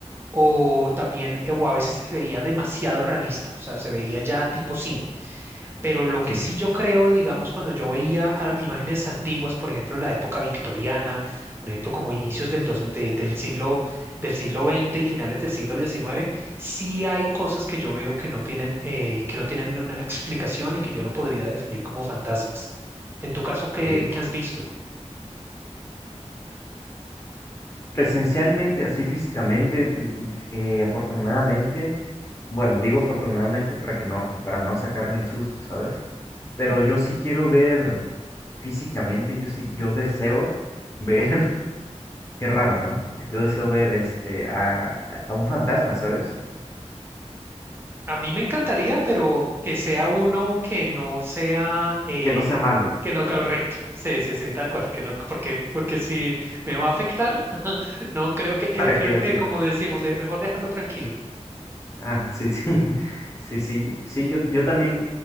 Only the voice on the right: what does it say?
o también eh, o a veces se veía demasiado realista, o sea, se veía ya tipo cine. Pero lo
que sí
yo creo, digamos, cuando yo veía ah, imágenes antiguas, por ejemplo, la época victoriana, por ejemplo, como inicios del, dos- de- del siglo, del siglo XX y finales del siglo XIX, sí hay cosas que yo veo que no tienen, eh, que no tienen una <laughs> explicación y que yo lo podría definir como fantasmas. En tu caso, ¿qué,
qué has visto?
A mí me encantaría, pero que sea uno que no sea, eh,
que no caiga recto. Sí, sí, sí, tal cual, que no, porque, porque si me va a afectar, <laughs> no creo
que, creo,
creo
que
como decimos, de- mejor dejarlo tranquilo.